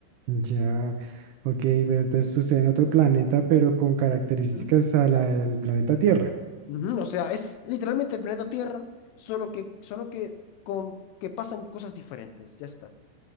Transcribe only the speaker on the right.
Ya, ok, pero entonces sucede en otro planeta, pero con características
a la del planeta Tierra.